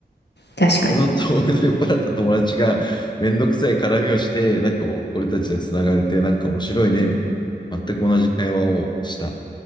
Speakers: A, on the left; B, on the left.
A: 確かに。
B: のと <laughs> 俺の酔っ払った友達がめんどくさい絡みをして、なんか俺たちがつながれて、なんか面白いね、みたいな。全く同じ会話をした。